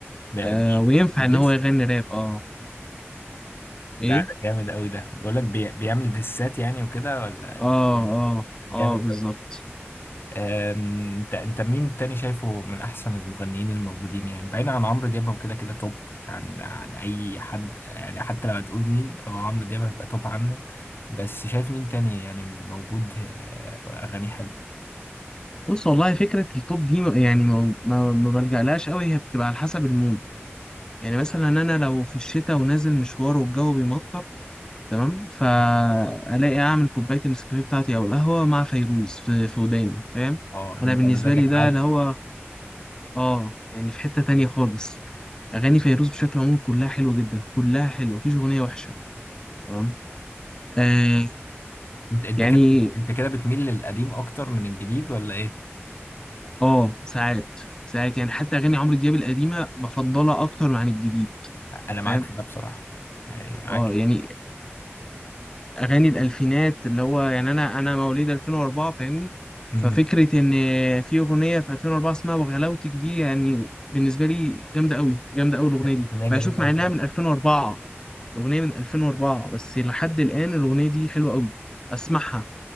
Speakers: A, on the left; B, on the left.
A: بقى
B: آه
A: بي-
B: وينفع
A: ديس
B: ان هو يغني راب اه
A: ده
B: ايه
A: ده جامد قوي ده بقول لك بي... بيعمل ديسات يعني وكده ولا
B: اه اه
A: جامد
B: اه بالظبط
A: قوي آم، انت انت مين تاني شايفه من احسن المغنيين الموجودين يعني بعيدا عن عمرو دياب هو كده كده توب عن عن اي حد يعني حتى لو هتقول مين هو عمرو دياب هيبقى توب عنه بس شايف مين تاني يعني موجود آه، اغانيه حلوه
B: بص والله فكرة التوب دي م- يعني ما ما ما بلجألهاش قوي هي بتبقى على حسب المود يعني مثلا انا لو في الشتاء ونازل مشوار والجو بيمطر تمام فالاقي اعمل كوباية النسكافيه بتاعتي او القهوة مع فيروز في في وداني فاهم
A: اه
B: انا
A: ده انت
B: بالنسبة
A: مزاجك
B: لي ده
A: عالي
B: اللي هو اه يعني في حتة تانية خالص اغاني فيروز بشكل عام كلها حلوة جدا كلها حلوة مفيش اغنية وحشة تمام آه
A: انت انت
B: يعني
A: كده بت- انت كده بتميل للقديم اكتر من الجديد ولا ايه
B: اه ساعات ساعات يعني حتى اغاني عمرو دياب القديمه بفضلها اكتر عن الجديد
A: انا
B: فاهم
A: معاك في ده بصراحه يعني معاك
B: اه يعني اغاني الالفينات اللي هو يعني انا انا مواليد 2004 فاهمني
A: امم
B: ففكره ان في اغنيه في 2004 اسمها وغلاوتك دي يعني بالنسبه لي جامده قوي جامده قوي الاغنيه دي
A: اغنيه
B: بشوف
A: جميله
B: مع
A: قوي
B: انها من 2004 الاغنيه من 2004 بس لحد الان الاغنيه دي حلوه قوي اسمعها